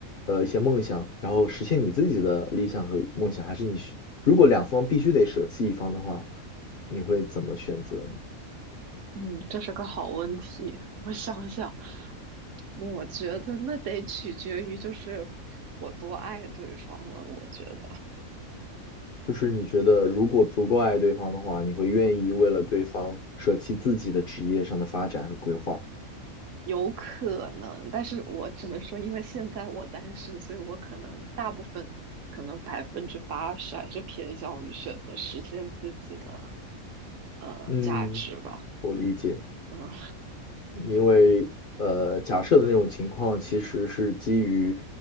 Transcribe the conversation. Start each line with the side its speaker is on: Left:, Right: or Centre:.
Left: 呃一些梦想，然后实现你自己的理想和梦想，还是你选如果两方必须得舍弃一方的话，你会怎么选择呢？
Right: 嗯，这是个好问题。我想想，我觉得那得取决于就是我多爱对方了。我觉得
Left: 就是你觉得如果足够爱对方的话，你会愿意为了对方舍弃自己的职业上的发展和规划？
Right: 有可能，但是我只能说，因为现在我单身，所以我可能大部分，可能百分之八十还是偏向于选择实现自己的呃价值吧。
Left: 嗯，我理解。
Right: 嗯，
Left: 因为呃，假设的那种情况其实是基于